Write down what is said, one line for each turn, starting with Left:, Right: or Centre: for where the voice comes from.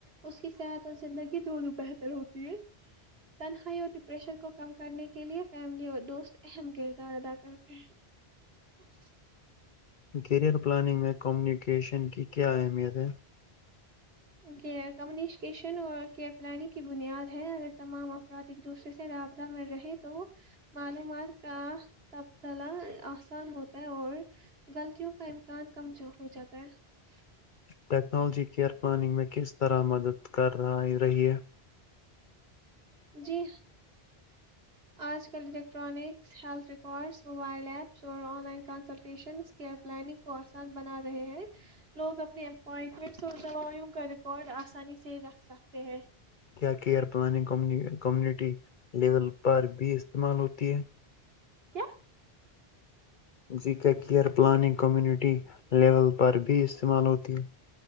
Right: اس کی صحت اور زندگی دونوں بہتر ہوتی ہے تنہائی اور ڈپریشن کو کم کرنے کے لئے فیملی اور دوست اہم کردار ادا کرتے ہیں
Left: کیریئر پلاننگ میں کمیونیکیشن کی کیا اہمیت ہے
Right: ئ کمیونکیشن اور کیئر پلانگ کی بنیاد ہے اگر تمام افراد ایک دوسرے سے رابطہ میں رہے تو معلومات کا تبدلہ آسان ہوتا ہے اور غلطوں کا امکان کم ہو جاتا ہے ج
Left: ٹیکنالجی کیئ پلاننگ میں کس طرا مدد کر رہا رہیے
Right: جی آج کل electronics health records mobile apps اور آن لائن کنسلٹیشنئر پلنگ کو آسان بنا رہے ہیں لوگ اپٹمٹ سوا کر کڈ آسانی سے رکھ سکتے ہیں
Left: کیا کیئر پلانگ کمیونٹی لیول پر بیس استعمال ہوتی ہے
Right: کیا
Left: جی کا کیئر پلاننگ کمیونٹی لیول پر بھی استعمال ہوتی ہے